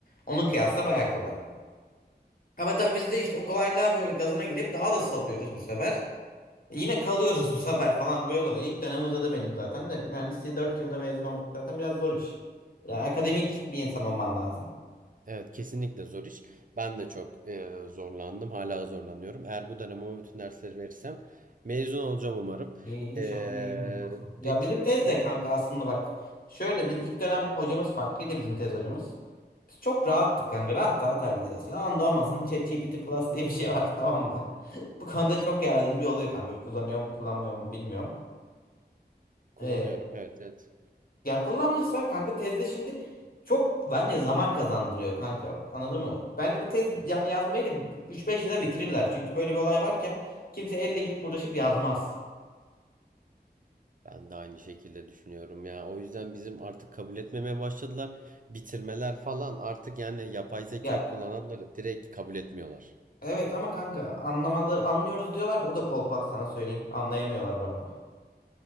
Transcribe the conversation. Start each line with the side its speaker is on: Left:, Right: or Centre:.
Left: Onun kıyasla baya kolay. Ama tabii biz de işte o kolaylığa böyle gazına gelip daha da salıyoruz bu sefer. E yine kalıyoruz bu sefer falan böyle oluyor. İlk dönem uzadı benim zaten de mühendisliği 4 yılda mezun olduk zaten biraz zor iş. Yani akademik
Right: Kes-
Left: bir insan olman lazım.
Right: Evet kesinlikle zor iş. Ben de çok e, zorlandım. Hala zorlanıyorum. Eğer bu dönem ama bütün dersleri verirsem mezun olacağım umarım.
Left: İyi, inşallah
Right: E,
Left: iyi olursun. Ya
Right: peki
Left: bizim tez
Right: o,
Left: de kanka aslında bak. Şöyle biz ilk dönem hocamız farklıydı bizim tez hocamız. Biz çok rahattık kanka. Rahat rahat hallediyoruz. Yalan da olmasın ChatGPT Plus diye bir şey var <laughs> tamam mı? Bu konuda
Right: evet
Left: çok yardımcı oluyor kanka. Kullanıyor mu kullanmıyor mu bilmiyorum.
Right: kullanıyorum.
Left: Ee,
Right: Evet evet.
Left: yani kullanırsa kanka tezde şimdi çok bence zaman kazandırıyor kanka. Anladın mı? Bence bu tez yani yazmayı da 3-5 yıla bitirirler. Çünkü böyle bir olay varken kimse elle gidip uğraşıp yazmaz.
Right: Ben de aynı şekilde düşünüyorum ya. O yüzden bizim artık kabul etmemeye başladılar. Bitirmeler falan artık yani yapay zeka
Left: Ya
Right: kullananları direkt kabul etmiyorlar.
Left: Evet ama kanka anlamaları anlıyoruz diyorlar da o da kolpa sana söyleyeyim. Anlayamıyorlar bu arada.